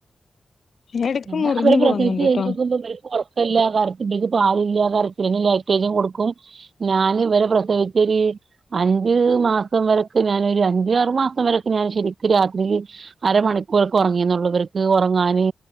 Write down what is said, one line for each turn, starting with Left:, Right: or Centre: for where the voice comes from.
Left: എടക്ക്
Right: പിന്നെ
Left: മുറിഞ്ഞു
Right: അവര് പ്രസവിച്ച്
Left: പോകുന്നുണ്ട്ട്ടോ
Right: കഴിഞ്ഞ് നോക്കുമ്പോ ഇവര് <unintelligible> <unintelligible> പാലില്ലാതറിഞ്ഞണ്ടങ്കി ലാക്ടോജൻ കൊട്ക്കും. ഞാൻ ഇവരെ പ്രസവിച്ചത് അഞ്ച് മാസം വരൊക്കെ ഞാനൊരു അഞ്ചാആറ് മാസം വര്ക്കെ ഞാൻ ശരിരിക്ക് രാത്രിയില് അരമണിക്കൂർ ഒക്കെ ഉറങ്ങിയന്നള്ളവർക്ക് ഉറങ്ങാന്